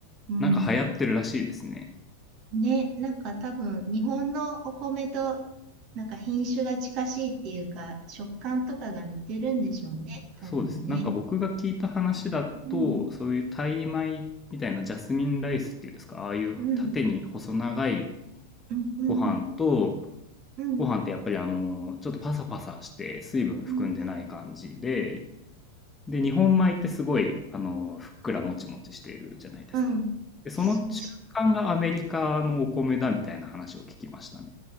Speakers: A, on the right; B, on the left.
A: うん。
B: なんか流行ってるらしいですね。
A: ね、なんか多分、日本のお米と、なんか品種が近しいっていうか、食感とかが似てるんでしょうね、多分ね。
B: そうです。なんか僕が聞いた話だと、
A: うん、
B: そういうタイ米みたいなジャスミンライスっていうんですか、ああいう縦に細長い
A: うん、うん、うん、
B: ご飯と、
A: うん、
B: ご飯ってやっぱりあの、ちょっとパサパサして水分含んでない感じで、
A: うん、
B: で、日本米ってすごいあの、ふっくらもちもちしているじゃないですか。
A: うん。
B: で、その中間がアメリカのお米だみたいな話を聞きましたね。
A: そうそう。